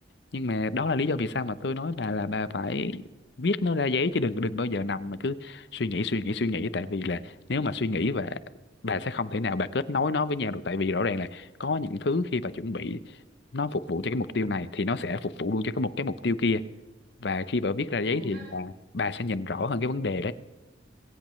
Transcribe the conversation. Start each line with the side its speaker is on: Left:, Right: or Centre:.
Left: nhưng mà đó là lý do vì sao mà tôi nói bà là bà phải viết nó ra giấy chứ đừng đừng bao giờ nằm mà cứ suy nghĩ
Right: ừ,
Left: suy nghĩ suy nghĩ tại vì là nếu mà suy nghĩ và bà sẽ không thể nào bà kết nối nó với nhau được tại vì rõ ràng là có những thứ khi bà chuẩn bị nó phục vụ cho cái mục tiêu này thì nó sẽ phục vụ luôn cho cái một cái mục tiêu kia và khi bà viết ra giấy
Right: đúng
Left: thì
Right: ha.
Left: bà bà sẽ nhìn rõ hơn cái vấn đề đấy